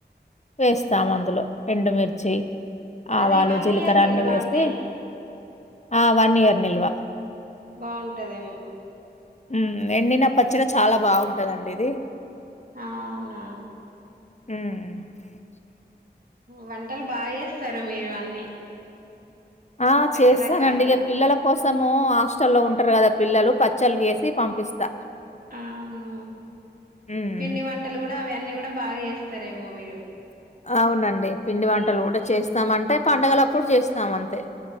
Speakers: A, on the left; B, on the right.
A: వేస్తాం అందులో ఎండుమిర్చి
B: అది
A: ఆవాలు జిలకర్ర
B: ఇయర్ నిల్వా
A: అన్ని వేసి
B: అండి?
A: అ అవన్నీ నిల్వ
B: బాగుంటదేమో
A: మ్మ్ ఎండిన పచ్చడి చాలా బాగుంటదండి ఇది
B: అవునా
A: హ్మ్మ్
B: వంటలు బాగా చేస్తారు మీరు అన్నీ
A: ఆ
B: రకరకాలుగా.
A: చేస్తానండి ఇక పిల్లల కోసం మొత్తము హాస్టల్లో ఉంటారు కదా పిల్లలు పచ్చళ్లు చేసి పంపిస్తా
B: అవును
A: హ్మ్.
B: పిండి వంటలు గుడా అవ అన్నీ గుడా బాగా చేస్తారేమో మీరు
A: అవునండి పిండి వంటలు గుడా చేస్తామ అంటే పండగలప్పుడు చేస్తాం అంతే